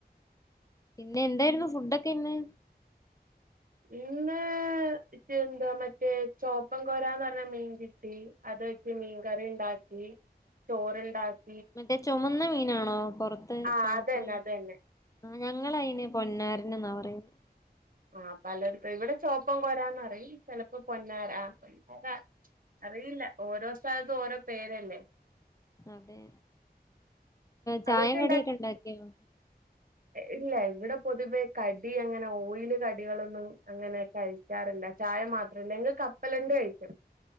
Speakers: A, on the left; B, on the right.
A: പിന്നെ എന്തായിരുന്നു ഫുഡൊക്കെ ഇന്ന്.
B: ഇന്ന് എന്തുവാ മറ്റേ ചോപ്പം കൊരാന്ന് പറഞ്ഞ മീൻകിട്ടി. അത് വെച്ച് മീൻകറിണ്ട ണ്ടാക്കി ചോറ്ണ്ടാക്കി.
A: മറ്റേ ചുമന്ന മീനാണോ പൊറത്ത്
B: ആ
A: ചുമപ്പുള്ള
B: അതന്നെ അതന്നെ
A: ആ ഞങ്ങളയിന് പൊന്നാരൻ എന്നാ പറയുന്നെ.
B: ആഹ് പലയിടത്തും ഇവിടെ ചുവപ്പം കൊരാന്നറിയും ചിലപ്പോ പൊന്നാര ആ പൊന്നാര അറിയില്ല ഓരോ സ്ഥലത്തും ഓരോ പേരല്ലേ.
A: അതെ ചായ
B: അതൊക്കെ
A: കടിയൊക്കെ
B: ഇണ്ടാ
A: ഉണ്ടാക്കിയോ?
B: ഇല്ല ഇവിടെ പൊതുവേ കടി അങ്ങനെ ഓയില് കടികളൊന്നും അങ്ങനെ കഴിക്കാറില്ല. ചായ മാത്രല്ല നി കപ്പലണ്ടി കഴിക്കും.